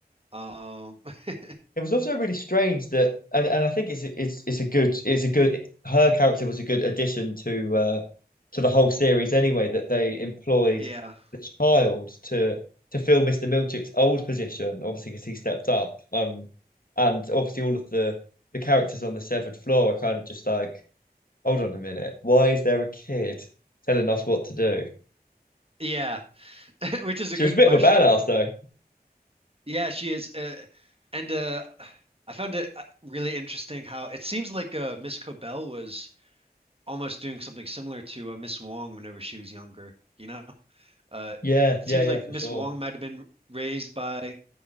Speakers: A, on the right (about 35°); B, on the left (about 60°).
A: Um <laughs>
B: It was also really strange that, and, and I think it's it's it's a good it's a good her character was a good addition to uh to the whole series anyway that they employed
A: yeah.
B: the child to to fill Mr. Milchick's old position obviously because he stepped up um and obviously all of the the characters on the severed floor are kind of just like hold on a minute why is there a kid telling us what to do
A: Yeah. <laughs> Which is
B: she
A: a good
B: was a bit
A: question.
B: of a badass though
A: Yeah, she is. Uh, and uh, I found it uh, really interesting how it seems like uh, Miss Cobell was almost doing something similar to uh, Miss Wong whenever she was younger, you know? Uh,
B: yeah
A: it
B: yeah
A: seems
B: yeah
A: like
B: for
A: Miss
B: sure
A: Wong might have been raised by